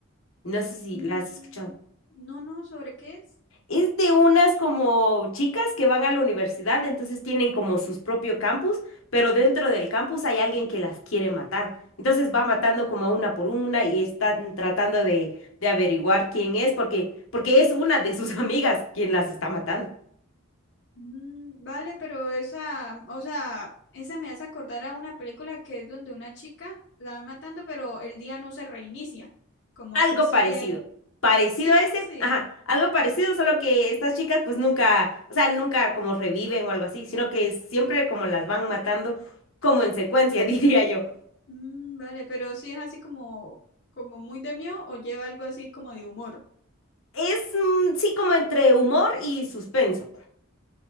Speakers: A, on the left; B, on the left.
A: No sé si
B: Mm,
A: la has escuchado.
B: no, no, ¿sobre qué es?
A: Es de unas como chicas que van a la universidad, entonces tienen como sus propio campus, pero dentro del campus hay alguien que las quiere matar. Entonces va matando como a una por una y están tratando de, de averiguar quién es, porque, porque es una de sus <laughs> amigas quien las está matando.
B: Mm, Vale, pero esa, o sea, esa me hace acordar a una película que es donde una chica la van matando, pero el día no se reinicia, como
A: Algo
B: que sigue
A: parecido.
B: ahí.
A: Parecido
B: Sí, es
A: a ese,
B: así.
A: ajá, algo parecido, solo que estas chicas pues nunca, o sea, nunca como reviven o algo así, sino que siempre como las van matando como en secuencia, <laughs> diría yo.
B: Mm, vale, pero sí es así como, como muy de mío o lleva algo así como de humor.
A: Es, mm, sí, como entre humor y suspenso.